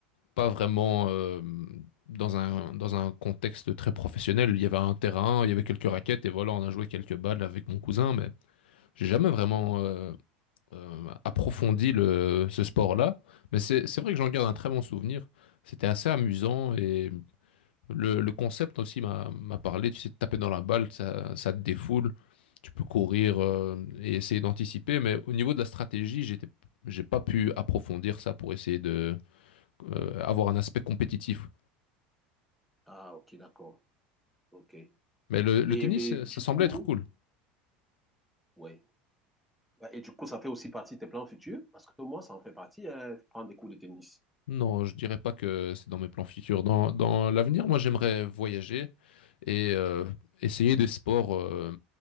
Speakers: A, on the left (about 85°); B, in the centre.
A: pas vraiment euh, dans un, dans un contexte très professionnel. Il y avait un terrain, il y avait quelques raquettes, et voilà, on a joué quelques balles avec mon cousin, mais j'ai jamais vraiment euh, euh, approfondi le, ce sport-là. Mais c'est, c'est vrai que j'en garde un très bon souvenir. C'était assez amusant et Le, le concept aussi m'a m'a parlé, tu sais, de taper dans la balle, ça, ça te défoule, tu peux courir euh, et essayer d'anticiper, mais au niveau de la stratégie, j'étais, j'ai pas pu approfondir ça pour essayer de euh, avoir un aspect compétitif.
B: Ah, ok, d'accord. Ok.
A: Mais le,
B: Et
A: le tennis,
B: mais, du
A: ça semblait
B: coup,
A: être cool.
B: ouais. Ouais, Et du coup, ça fait aussi partie de tes plans futurs, parce que moi, ça en fait partie, hein, prendre des cours de tennis.
A: Non, je dirais pas que c'est dans mes plans futurs. Dans, dans l'avenir, moi, j'aimerais voyager et euh, essayer des sports euh,